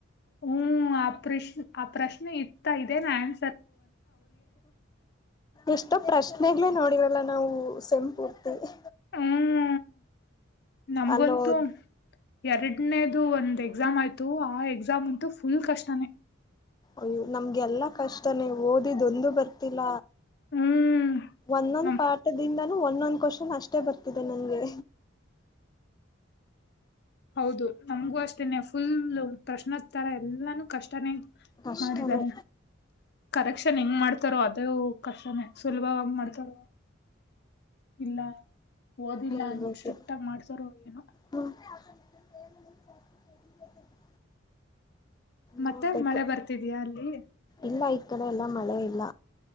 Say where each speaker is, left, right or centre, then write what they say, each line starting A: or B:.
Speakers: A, on the left; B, on the left.
A: ಹ್ಮ್ ಆ ಪ್ರಶ್ ಆ ಪ್ರಶ್ನೆ ಇತ್ತ ಇದದೆ ನನ್
B: ಎಷ್ಟೋ ಪ್ರಶ್ನೆಗ್ ನೋ ಇವೆಲ್ಲ ನಾವು ಸೆಂಪು ಹತಿವಿ
A: ಹ್ಮ ನಮ್ಗಂತೂ
B: ಅಲ್ಲೋದ್
A: ಎರಡನೇ ಇದು ಒಂದ್ ಎಕ್ಸಾಮ್ ಆಯ್ತು ಆ ಎಕ್ಸಾಮ್ ಅಂತು ಫುಲ್ ಕಷ್ಟಾನೇ.
B: ಅಯ್ಯೋ ನಮ್ಗೆ ಎಲ್ಲಾ ಕಷ್ಟನೇ ಓದಿದೊಂದು ಬರ್ತಿಲ್ಲ.
A: ಹ್ಮ್
B: ಒಂದೊಂದ
A: ನಮ್
B: ಪಾಠದಿಂದ ಒಂದೊಂದ್ ಕ್ವಶನ್ ಅಷ್ಟೆ ಬರ್ತಿದೆ ನಂಗೆ.
A: ಹೌದು ನಮಗೂ ಅಷ್ಟೇನೆ ಫುಲ್ ಪ್ರಶ್ನಾ ತರಾ ಎಲ್ಲಾನು ಕಷ್ಟನೇ
B: ಕಷ್ಟನೇ
A: ಮಾಡಿದ್ದಾರೆ ಕರೆಕ್ಷನ್ ಹೆಂಗ್ ಮಾಡ್ ಮಾಡ್ತಾರೋ ಅದೇ ಕಷ್ಟನೇ ಸುಲಭವಾಗಿ ಮಾಡ್ತಾರೋ ಇಲ್ಲ ಓದಿಲ್ಲ
B: ನೋಡ್ಬೇಕು
A: ಅನ್ಬಿಟ್ಟು ಸ್ಟ್ರಿಕ್ ಆಗ ಮಾಡ್ತಾರ ಏನೊ.
B: ಹ್ಮ್ <inaudible>
A: ಮತ್ತೆ
B: ನೋಡ್ಬೇಕು
A: ಮಳೆ ಬರ್ತಿದ್ಯಾ ಅಲ್ಲಿ
B: ಇಲ್ಲ ಈ ಕಡೆ ಎಲ್ಲಾ ಮಳೆ ಇಲ್ಲ.